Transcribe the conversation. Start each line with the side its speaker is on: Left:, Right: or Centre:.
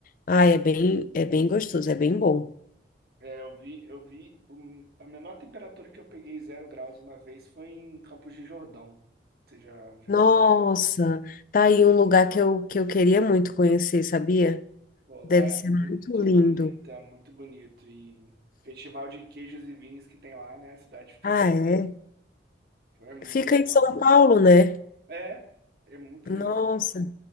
Left: Ah, é bem, é bem gostoso, é bem bom.
Right: É, eu vi, eu vi um- a menor temperatura que eu peguei, zero graus uma vez, foi em Campos de Jordão. Você já, já
Left: Nossa,
Right: ouviu falar?
Left: tá aí um lugar que eu, que eu queria muito conhecer, sabia?
Right: Pô, lá
Left: Deve
Right: é
Left: ser
Right: muito
Left: muito lindo.
Right: bonito, é muito bonito. E festival de queijos e vinhos que tem lá, né? A cidade fica
Left: Ah,
Right: cheia.
Left: é?
Right: Então é muito
Left: Fica
Right: legal.
Left: em São Paulo, né?
Right: É, é muito
Left: Nossa,
Right: legal lá.